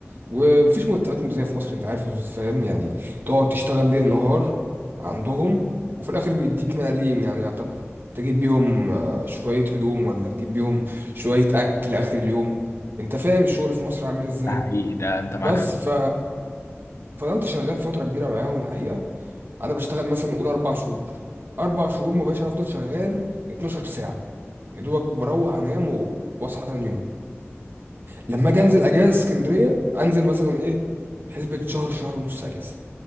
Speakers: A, on the right (about 45°); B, on the left (about 70°).
A: ومفيش مرتبات مجزية في مصر انت عارف فاهم يعني تقعد تشتغل ليل نهار عندهم وفي الاخر بيديك ملاليم يعني يعتبر تجيب بيهم آه، شوية هدوم ولا تجيب بيهم شوية اكل اخر اليوم انت فاهم الشغل في مصر عامل ازاي
B: ده حقيقي ده انت معاك
A: بس
B: حق
A: ف فضلت شغال فترة كبيرة معاهم الحقيقة انا بشتغل مثلا قول اربع شهور اربع شهور مباشر افضل شغال 12 ساعة يا دوبك بروح انام و- واصحى تاني يوم لما اجي انزل اجازه اسكندريه انزل مثلا ايه حسبه شهر شهر ونص اجازه